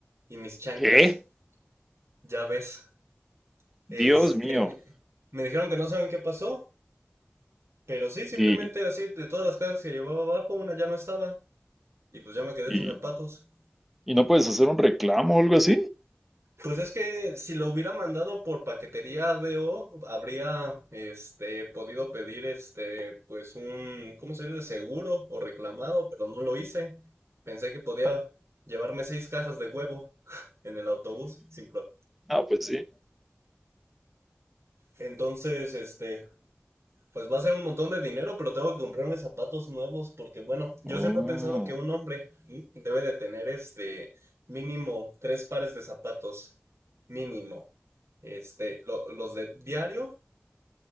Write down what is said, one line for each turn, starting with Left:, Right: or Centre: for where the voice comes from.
Right: y mis chanclas.
Centre: ¿Qué?
Right: Ya ves, este,
Centre: Dios mío.
Right: me dijeron que no saben qué pasó. Pero sí, simplemente
Centre: ¿Y,
Right: así, de todas las cajas que llevaba abajo, una ya no estaba. Y pues ya me quedé
Centre: y,
Right: sin zapatos.
Centre: y no puedes hacer un reclamo o algo así?
Right: Pues es que si lo hubiera mandado por paquetería ADO, habría este podido pedir este pues un ¿cómo se dice? seguro o reclamado, pero no lo hice. Pensé que podía llevarme seis cajas de huevo <laughs> en el autobús sin pro-
Centre: Ah, pues sí.
Right: Entonces, este, Pues va a ser un montón de dinero, pero tengo que comprarme zapatos nuevos porque, bueno, yo
Centre: Oh,
Right: siempre he pensado que un hombre ¿sí? debe de tener este mínimo tres pares de zapatos, mínimo. Este, lo- los de diario,